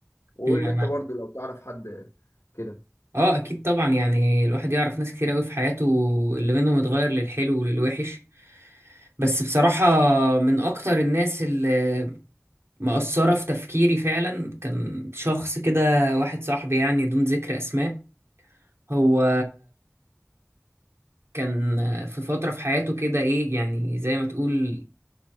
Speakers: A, on the left (about 75°); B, on the right (about 60°).
A: وقول
B: امم
A: لي أنت برضو لو تعرف حد كده
B: اه اكيد طبعا يعني الواحد يعرف ناس كتير قوي في حياته اللي منهم اتغير للحلو وللوحش بس بصراحة من اكتر الناس اللي مأثرة في تفكيري فعلا كان شخص كده واحد صاحبي يعني دون ذكر اسماء هو كان في فترة في حياته كده ايه يعني زي ما تقول